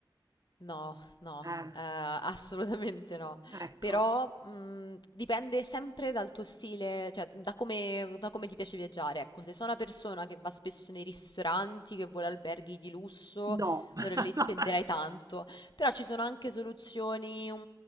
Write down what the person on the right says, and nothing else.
Eh,
ecco,
no. <laughs>